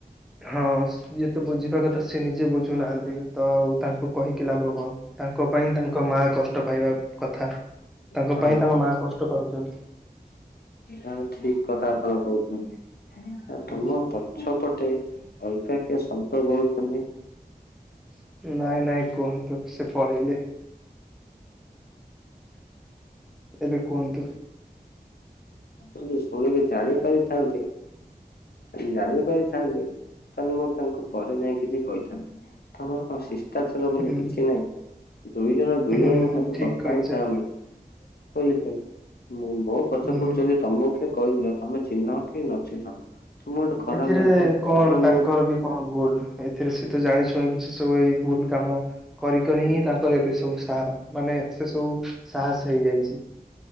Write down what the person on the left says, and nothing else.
ହଁ
ତାଲେ ଠିକ୍ କଥା ଆପଣ କହୁଚନ୍ତି
ତମ ଛ ପଟେ ଅଲଗା କିଏ ଶବ୍ଦ କୋହୁଚନ୍ତି?
ଯଉ ଶୁଣିକି ଜାଣି ପାରିଥାନ୍ତି? ଜାଣି ପାରିଥାନ୍ତି ତାହେଲେ ମୁଁ ତାଙ୍କୁ ପରେ ଯାଇ କିଛି କହିଥାନ୍ତି? ଥ ତମର କଣ ସିସ୍ ଚାର ବୋଲି
କିଛି ନାହିଁ ଦୁଇ ଜଣ ଦୁଇ
ଜଣଙ୍କ ସହିତ
କଥା
ହଉଚେ ଆମେ କଇଲିକଇଲି ମ ମୋ ପଛ
ପଡୁଚି ତମ କେ କ ଇଲା ତମେ ଚିହ୍ନ କି ନ ଚିହ୍ନ ତମକୁ ଗୋଟେ ଖରାପ
ଲାଗିବ
ନା ମୁଁ